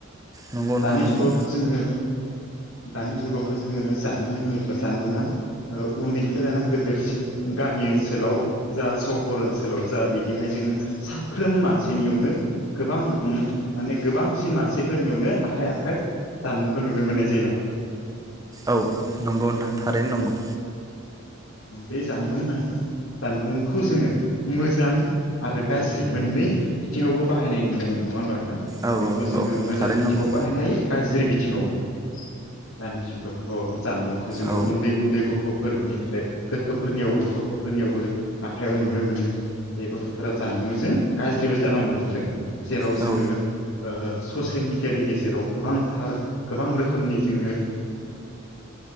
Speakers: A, on the right; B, on the left.
A: नंगौ
B: दानि
A: नोंथां नंगौ
B: जुगावथ' जोङो दानि जुगावथ' जोङो जानबुं होनोब्ला जानबुंङा उन्दैनिफ्राय लाना गदेरसिन गामि ओनसोलाव जा सहर ओनसोल ओनसोलाव जा बिदिहाय जोङो साफ्रोम मानसिनियावनो गोबां माने गोबांसिन मानसिफोरनियावनो आखाइ आखाइ जानमुंखौ नुनो मोननायायो
A: औ नंगौ नोंथां थारैनो नंगौ
B: बे जानबुंङानो जानबुंखौ जोङो मोजां आरो गाज्रि मोननै बिथिङावबो बाहायनाय नुनो मोनो नङा होमबा
A: औ
B: बेखौ
A: औ
B: जोङो
A: औ
B: मोजां
A: थारैनो
B: बिथिङाव
A: नंगौ
B: बाहायनो हायो गाज्रि बिथिङावबो दानि जुगाव गथ' जानबुंखौ जोङो
A: औ
B: उन्दै उन्दै गथ'फोरनिफ्राय गोथोफोरनियावबो गथ'फोरनियावबो आखाइयाव नुनो मोनो बे गथ'फोरा जानबुंजों गाज्रिबो जालांनो हमदों जेराव जोङो
A: औ
B: ससियेल मिडियानि गेजेराव गोबांथार गोबां रोखोमनि जोङो